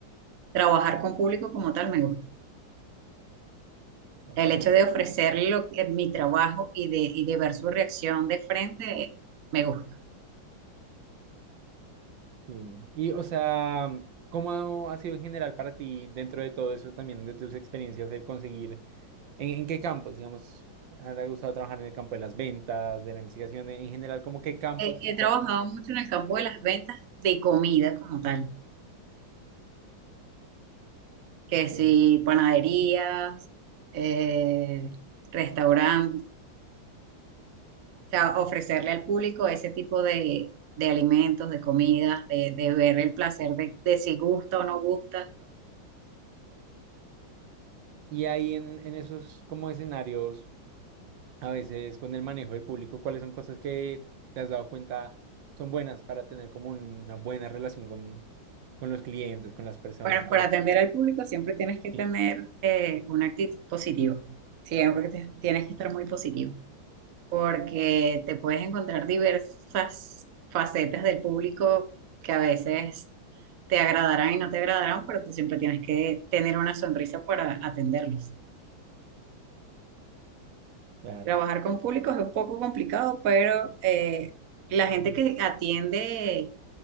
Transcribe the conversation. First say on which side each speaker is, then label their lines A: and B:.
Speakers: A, on the right; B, on the right.
A: Trabajar con público como tal me gusta.
B: Ok.
A: El hecho de ofrecerle lo que- mi trabajo y de, y de ver su reacción de frente, eh, me gusta.
B: Sí. Y, o sea, ¿cómo ha sido en general para ti dentro de todo eso también, de tus experiencias, el conseguir, en, en qué campos, digamos, te ha gustado trabajar en el campo de las ventas, de la investigación, en general, como qué campos
A: He, he
B: y cuáles
A: trabajado
B: son tus
A: mucho en el campo
B: proyectos?
A: de las ventas de comida como tal, que
B: Ok,
A: si panaderías, eh, restaurantes, sea, ofrecerle al público ese tipo de, de alimentos, de comidas, de, de ver el placer de, de si gusta o no gusta.
B: Y ahí en, en esos como escenarios, a veces con el manejo del público, ¿cuáles son cosas que te has dado cuenta son buenas para tener como una buena relación con, con los clientes, con las personas,
A: Bueno,
B: como...
A: para atender al público siempre tienes que
B: Sí,
A: tener eh, una actitud positiva. Siempre te- tienes que estar muy positivo, porque te puedes encontrar diversas facetas del público que a veces te agradarán y no te agradarán, pero tú siempre tienes que tener una sonrisa para atenderlos.
B: claro.
A: Trabajar con públicos es un poco complicado, pero eh, la gente que atiende